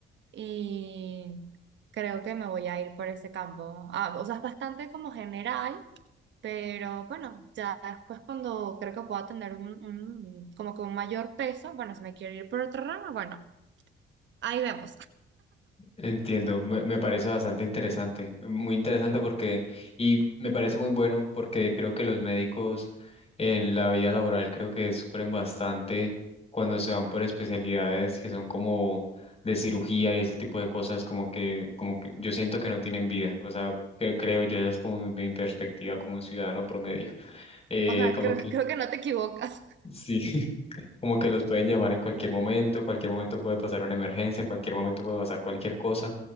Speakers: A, on the right; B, on the left.
A: y creo que me voy a ir por ese campo. Ah, o sea, es bastante como general, pero bueno, ya después cuando creo que pueda tener un, un- como que un mayor peso, bueno, si me quiero ir por otro ramo, bueno, ahí vemos.
B: Entiendo, me, me parece bastante interesante, muy interesante porque, y me parece muy bueno porque creo que los médicos en la vida laboral creo que sufren bastante cuando se van por especialidades que son como de cirugía y ese tipo de cosas, como que, como que yo siento que no tienen vida, o sea, que creo yo, esa es como mi, mi perspectiva como un ciudadano promedio, eh,
A: O sea,
B: como
A: creo,
B: que,
A: creo que no te equivocas.
B: sí. <laughs> Como que los pueden llamar en cualquier momento, cualquier momento puede pasar una emergencia, cualquier momento puede pasar cualquier cosa.